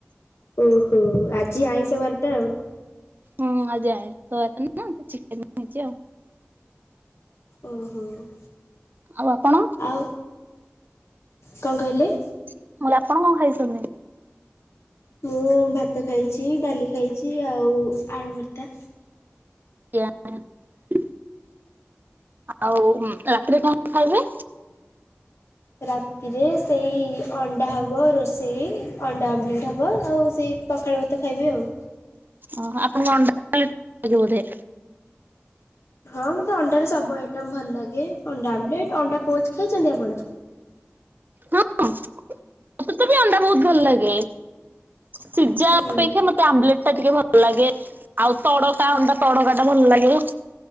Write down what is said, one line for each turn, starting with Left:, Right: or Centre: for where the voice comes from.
Left: ଓହୋ ଆଜି ଆଇଁସ ବାରଟା ଆଉ।
Right: ହଁ ଆଜି ଆଇଁଷ ବାରିନା ତ ଚିକେନ ହେଇଛି ଆଉ।
Left: ଓହୋ।
Right: ଆଉ ଆପଣ?
Left: ଆଉ କଣ କହିଲେ?
Right: ମୁଁ କହିଲି ଆପଣ କଣ ଖାଇଛନ୍ତି?
Left: ମୁଁ ଭାତ ଖାଇଛି ଡାଲି ଖାଇଛି ଆଉ ଆଳୁ ଭର୍ତ୍ତା।
Right: ଆଜ୍ଞା ଆଉ ରାତିରେ କଣ ଖାଇବେ?
Left: ରାତିରେ ସେଇ ଅଣ୍ଡା ହବ ରୋଷେଇ ଅଣ୍ଡା ଆମଲେଟ ହବ। ବ ଆଉ ସେଇ ପଖାଳ ଭାତ ଖାଇବି ଆଉ।
Right: ଓ ଆପଣଙ୍କୁ ଅଣ୍ଡା ଆମଲେଟ ଭଲ ଲାଗେ ବୋଧେ?
Left: ହଁ ମତେ ଅଣ୍ଡାର ସବୁ ଆଇଟମ ଭଲ ଲାଗେ ଅଣ୍ଡା ଆମ୍ଲେଟ। ଅଣ୍ଡା ପୋଜ ଖାଇଛନ୍ତି ଆପଣ?
Right: ହଁ ମତେ ବି ଅଣ୍ଡା ବହୁତ ଭଲ ଲାଗେ। ସିଝା
Left: ହୁଁ
Right: ଅପେକ୍ଷା ମତେ ଆମ୍ବଲେଟ ଟା ଟିକେ ଭଲ ଲାଗେ। ଆଉ ତଡକା ଅଣ୍ଡା ତଡକା ଟା ଭଲ ଲାଗିବ।